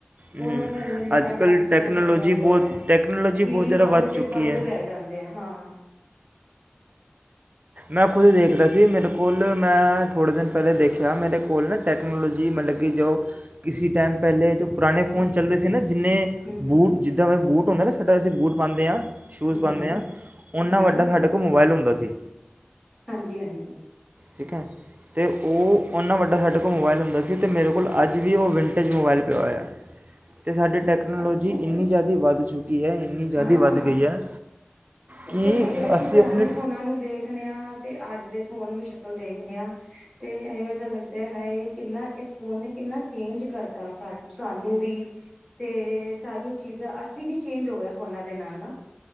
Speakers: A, in the centre; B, on the right (about 40°).
A: ਫੋਨਾਂ
B: ਹਮ
A: ਦੇ ਅੰਦਰ ਹੀ ਸਾਰਾ
B: ਅੱਜ ਕੱਲ੍ਹ
A: ਟਾਈਮ
B: ਟੈਕਨੋਲੋਜੀ
A: ਸਪੈਂਡ ਹੋ ਜਾਂਦਾ
B: ਬਹੁਤ
A: ਹੈ
B: ਟੈਕਨੋਲੋਜੀ
A: ਟੀਵੀ
B: ਬਹੁਤ ਜ਼ਿਆਦਾ
A: ਬੰਦ
B: ਵੱਧ ਚੁੱਕੀ
A: ਬੰਦ
B: ਹੈ
A: ਰਹਿ ਦੇ ਹਾਂ
B: ਮੈਂ ਖੁਦ ਦੇਖ ਰਿਹਾ ਸੀ ਮੇਰੇ ਕੋਲ ਮੈਂ ਥੋੜ੍ਹੇ ਦਿਨ ਪਹਿਲੇ ਦੇਖਿਆ ਮੇਰੇ ਕੋਲ ਨਾ ਟੈਕਨੋਲੋਜੀ ਮਤਲਬ ਕਿ ਜੋ ਕਿੇ ਟਾਈਮ ਪਹਿਲੇ ਜੋ ਪੁਰਾਣੇ ਫੋਨ
A: ਹਮ
B: ਚੱਲਦੇ ਸੀ ਨਾ ਜਿੰਨੇ
A: ਹਮ ਹਮ
B: ਬੂਟ ਜਿੱਦਾਂ ਮੈਂ ਬੂਟ ਹੁੰਦਾ ਨਾ ਸਾਡ ਅਸੀਂ ਬੂਟ ਪਾਉਂਦੇ ਹਾਂ ਸ਼ੂਜ
A: ਹਮ
B: ਪਾਉਂਦੇ
A: ਹਮ
B: ਹ ਓਨਾ
A: ਹਮ
B: ਵੱਡਾ ਸਾਡੇ ਕੋਲ ਮੋਬਾਇਲ ਹੁੰਦਾ ਹੁੰਦਾ ਸੀ
A: ਹਾਂਜੀ ਹਾਂਜੀ ਹ
B: ਠੀਕ ਹੈ ਤੇ ਉਹ ਓਨਾ ਵੱਡਾ ਸਾਡੇ ਕੋਲ ਮੋਬਾਈਲ ਹੁੰਦਾ ਸੀ ਅਤੇ ਮੇਰੇ ਕੋਲ ਅੱਜ ਵੀ ਉਹ ਵਿੰਟੇਜ ਮੋਬਾਈਲ ਪਿਆ ਹੋਇਆ ਅਤੇ ਸਾਡੀ ਟੈਕਨੋਲੋਜੀ
A: ਅੱਛਾ ਜੀ
B: ਇੰਨੀ ਜ਼ਿਆਦਾ ਵੱਧ ਚੁੱਕੀ ਹੈ ਇੰਨੀ ਜ਼ਿਆਦਾ
A: ਹਾਂ
B: ਵੱਧ ਗਈ ਹੈ
A: ਉੱਤੇ
B: ਕਿ
A: ਹੈ ਹੀ ਅਸੀਂ ਪੁਰਾਣੇ
B: ਆਪਣੇ
A: ਫੋਨਾਂ ਨੂੰ ਦੇਖਦੇ ਹਾਂ ਤੇ ਅੱਜ ਦੇ ਫੋਨ ਨੂੰ ਸ਼ਕਲ ਦੇਖਦੇ ਆ ਤੇ ਇਹੋ ਜਹਾ ਲੱਗਦਾ ਹੈ ਕਿੰਨਾ ਇਸ ਫੋਨ ਨੇ ਕਿੰਨਾ ਚੇਂਜ ਕਰਤਾ ਸਾਨੂੰ ਵੀ ਤੇ ਸਾਰੀਆਂ ਚੀਜ਼ਾਂ ਅਸੀਂ ਵੀ ਚੇਂਜ ਹੋ ਗਿਆ ਫੋਨਾ ਦੇ ਨਾਲ ਨਾ